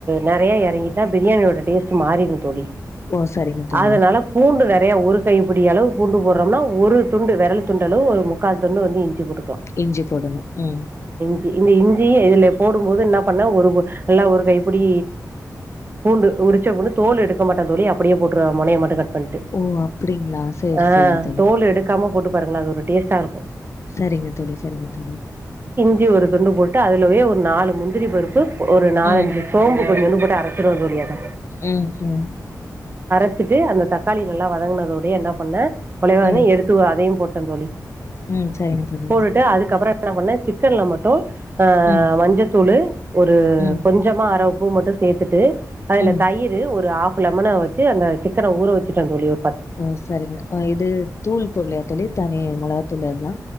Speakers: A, on the right; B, on the left.
A: நெறயா இறங்கிட்டா பிரியாணியோட டேஸ்ட்டு மாறிருந் தோழி
B: ஓ சரிங்க தோழி
A: அதனால பூண்டு நெற யா ஒரு கைப்புடி அளவு பூண்டு போடுறோம்னா ஒரு துண்டு விரல் துண்டு அளவு ஒரு முக்கால் துண்டு வந்து இஞ்சி போட்டு
B: இஞ்சி போடணும் உம்
A: இந்த இஞ்சிய இதுல போடும்போது என்ன பண்ண ஒரு நல்லா ஒரு கைப்புடி பூண்டு உரிச்சாகூட தோல் எடுக்க மாட்டன் தோழி அப்படியே போட்டுருவ மொனய மட்டு கட் பன்ட்டு
B: ஓ அப்டிங்களா சேரி
A: ஆஹ்
B: சேரி தோழி
A: தோல் எடுக்காம போட்டு பாருங்கள அது ஒரு டேஸ்டா இருக்கு
B: சரிங்க தோழி சரிங்க தோழி
A: ஞ்சி ஒரு துண்டு போட்டு அதுலவே ஒரு நாலு முந்திரி பருப்பு ஒரு நாலஞ்சு
B: ம்
A: சோம்பு பொடி வந்து போட்டு அரச்சிருவந் தோழி அத
B: உம் உம்
A: வெச்சிட்டு அந்த தக்காளி நல்லா வதங்கினதோ என்ன பண்ண கொலைவானது
B: ம்
A: எடுத்து அதையு போட்டு ட்டங் தோழி
B: ம் சரிங்க தோழி
A: போட்டுட்டு அதுக்கப்புற என்ன பண்ண சிக்கன்ல மட்டு ஆ
B: ம்
A: மஞ்சத்தூளு ஒரு
B: ம்
A: கொஞ்சமா அர ப்பு மட்டு சேத்துட்டு அதுல
B: ம்
A: தயிறு ஒரு ஆப் ப் லெமன வச்சு அந்த சிக்கன ஊற வச்சுட் தோழி ஒ
B: ஓ சரிங்க இது தூள் போடலையா தோழி தனி மொளக தூள் எல்லா